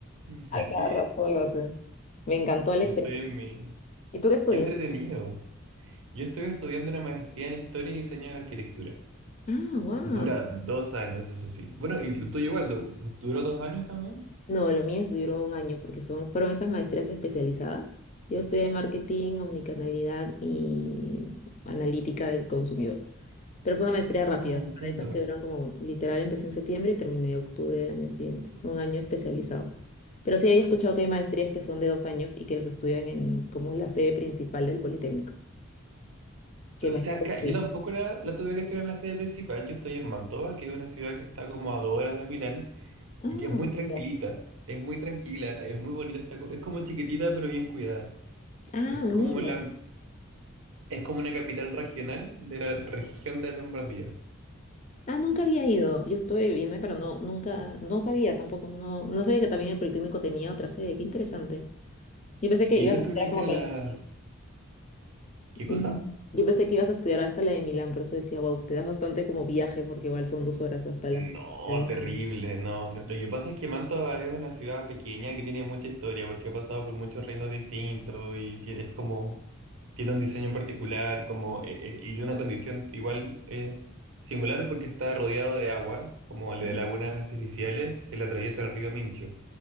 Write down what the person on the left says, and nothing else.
A cada rato lo hacen. Me encantó la
experiencia.
¿Y tú qué estudias?
Ah, wow.
No, lo mío duró un año porque son, fueron esas maestrías especializadas. Yo estudié marketing, omnicanalidad y analítica del consumidor. Pero fue una maestría rápida,
o
sea, de esas que duran como literal, empecé en septiembre y terminé octubre del año siguiente, un año especializado. Pero sí había escuchado que hay maestrías que son de dos años y que los estudian en como la sede principal del Politécnico. Que
imagino
que...
Ah,
ah,
mira.
Ah, nunca había ido. Yo estuve viviendo, ahí, pero no, nunca, no sabía tampoco, no, no sabía que también el Politécnico tenía otra sede. Qué interesante. Yo pensé que
ibas
a estudiar como
que
la de- Ujú.
Yo pensé que ibas a estudiar hasta la de Milán, por eso decía, wow, te das bastante como viaje, porque igual son dos horas hasta
las que estás del
mismo.
Ujú.